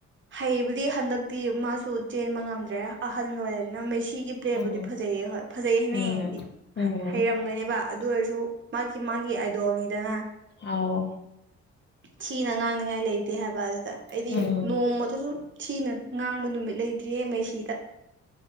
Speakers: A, on the right (about 40°); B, on the left (about 35°).
A: ꯍꯩꯕꯨꯗꯤ ꯍꯟꯗꯛꯇꯤ ꯃꯥꯁꯨ ꯆꯦꯟꯕ ꯉꯝꯗ꯭ꯔꯦ ꯑꯍꯜ ꯑꯣꯏꯔꯅ ꯃꯦꯆ꯫ ꯁꯤꯒꯤ ꯄ꯭ꯂꯦꯠꯕꯨꯗꯤ
B: ꯎꯝ
A: ꯐꯖꯩꯌꯦ ꯍꯣꯏ ꯐꯖꯩ ꯍꯥꯏꯅ
B: ꯎꯝ ꯎꯝ
A: ꯍꯩꯔꯝꯒꯅꯦꯕ꯫ ꯑꯗꯨ ꯑꯣꯏꯔꯁꯨ ꯃꯥꯒꯤ ꯃꯥꯒꯤ ꯑꯥꯏꯗꯣꯜꯅꯤꯗꯅ꯫
B: ꯑꯥꯎ꯫
A: ꯊꯤꯅ ꯉꯥꯡꯅꯤꯉꯥꯏ ꯂꯩꯇꯦ ꯍꯥꯏꯕ ꯑꯗꯨ꯫ ꯑꯩꯗꯤ
B: ꯎꯝ
A: ꯅꯣꯡꯃꯊ ꯁꯨꯝ꯫ ꯊꯤꯅ ꯉꯥꯡꯕ ꯅꯨꯃꯤꯠ ꯂꯩꯇ꯭ꯔꯤꯌꯦ ꯃꯩꯁꯤꯗ꯫